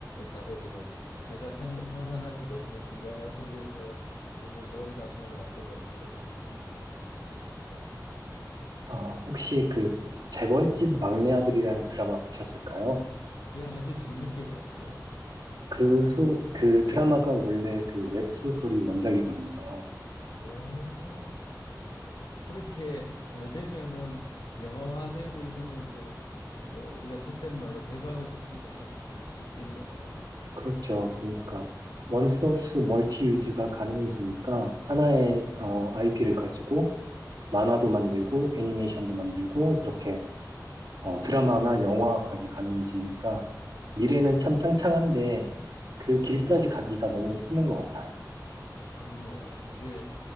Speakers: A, on the left; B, on the right.
A: 작업이라 제가 생, 상상할 수도 없는 긴장감 속에서 굉장히 좋은 작품을 만들려고 노력하시는구나 하고 느껴집니다.
B: 아, 혹시 그 재벌집 막내 아들이라는 드라마 보셨을까요?
A: 예, 아주 재밌게 봤죠.
B: 그
A: 그
B: 소, 그 드라마가 원래 그 웹소설이 원작이거든요.
A: 오, 그렇게 잘 되면은 영화화되고 이러면서 뭐 우리가 속된 말로 대박을 치기도 하고 그럴 수 있겠네요.
B: 그렇죠. 그러니까 원소스 멀티 유즈가 가능해지니까 하나의 IP를 가지고 만화도 만들고 애니메이션도 만들고 이렇게
A: 예.
B: 어, 드라마나 영화까지 가능해지니까 미래는
A: 예,
B: 참 창창한데 그
A: 예.
B: 길까지 가기가 너무 힘든 것 같아요.
A: 그럼요. 그게